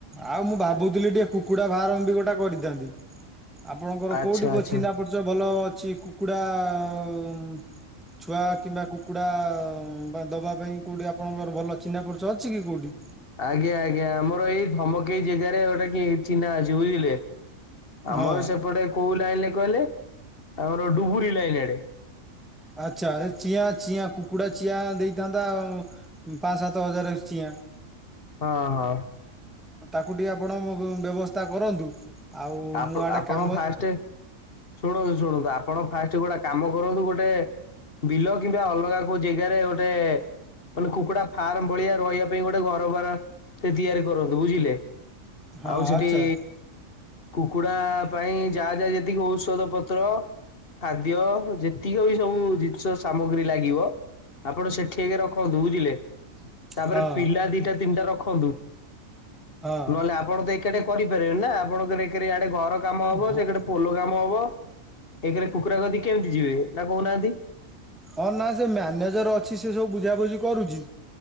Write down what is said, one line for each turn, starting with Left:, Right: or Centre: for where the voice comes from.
Centre: ଆଉ ମୁଁ ଭାବୁଥିଲି ଟିକେ କୁକୁଡା ଫାର୍ମ ବି ଗୋଟା କରିଥାନ୍ତି। ଆପଣଙ୍କର
Left: ଆଚ୍ଛା
Centre: କୋଉଠି କୋଉ
Left: ଆଚ୍ଛା।
Centre: ଚିହ୍ନା ପରିଚୟ ଭଲ ଅଛି କୁକୁଡା ଉଁ ଛୁଆଁ କିମ୍ବା କୁକୁଡ଼ା ବା ଦବା ପାଇଁ କୋଉଠି ଆପଣଙ୍କର ଭଲ ଚିହ୍ନା ପରିଚୟ ଅଛି କୋଉଠି?
Left: ଆଜ୍ଞା ଆଜ୍ଞା ଆମର ଏଇ ଧମକେଇ ଜେଗାରେ ଗୋଟା କିଏ ଚିହ୍ନା ଅଛି ବୁଝିଲେ। ଆମର
Centre: ହଁ
Left: ସେପଟେ କୋଉଉଁ ଲାଇନରେ କହିଲେ ଆମର ଡୁବୁରିଲାଇନ ଆଡେ
Centre: ଆଚ୍ଛା ଚିଆଁ ଚିଆଁ କୁକୁଡା ଚିଆଁ ଦେଇଥାନ୍ତା ଉଁ ପାଞ୍ଚ ସାତ ହଜାର ଚିଆଁ
Left: ହଁଅ ହଁ
Centre: ତାକୁ ଟିକେ ଆପଣ ବ୍ ବ୍ ବ୍ୟବସ୍ଥା କରନ୍ତୁ ଆଉ
Left: ଆପ୍
Centre: ମୁଁ ଆଡେ
Left: ଆପଣ
Centre: କାମ
Left: ଫାଷ୍ଟ ଶୁଣନ୍ତୁ ଶୁଣନ୍ତୁ ଆପଣ ଫାଷ୍ଟ ଗୋଟେ କାମ କରନ୍ତୁ ଗୋଟେ ବିଲ କିମ୍ବା ଅଲଗା କୋଉଁ ଜେଗାରେ ଗୋଟେ ମାନେ କୁକୁଡା ଫାର୍ମ ଭଳିଆ ରହିବା ପାଇଁ ଗୋଟେ ଘରବାର ଟେ ତିଆରି କରନ୍ତୁ ବୁଝିଲେ
Centre: ହଁ
Left: ଆଉଁ ସେଠିଁ
Centre: ଆଚ୍ଛା
Left: କୁକୁଡା ଆଁ ପାଇଁ ଯାହା ଯାହା ଯେତିକି ଔଷଧ ପତ୍ର ଖାଦ୍ୟ ଯେତିକିବି ସବୁ ଜିନିଷ ସାମଗ୍ରୀ ଲାଗିବ ଆପଣ ସେଁଠିଆଗେ ରଖନ୍ତୁ ବୁଝିଲେ ତାପରେ
Centre: ହଁ
Left: ପିଲା ଦିଟା ତିନିଟା ରଖନ୍ତୁ
Centre: ହଁ।
Left: ନ ହେଲେ ଆପଣ ତ ଏକାଟେ କରିପାରିବେନି ନାଁ ଆପଣଙ୍କର ଏକଡେ ଘର କାମ ହବ
Centre: ହଁ
Left: ସେକଡେ ପୋଲ କାମ ହବ ଏକଡେ କୁକୁାଡା କତିକି କେମିତି ଯିବେ ନାଁ କହୁନାହାନ୍ତି
Centre: ହଁ ନାଁ ସେ ମ୍ୟାନେଜର ଅଛି ସେ ସବୁ ବୁଝାବୁଝି କରୁଛି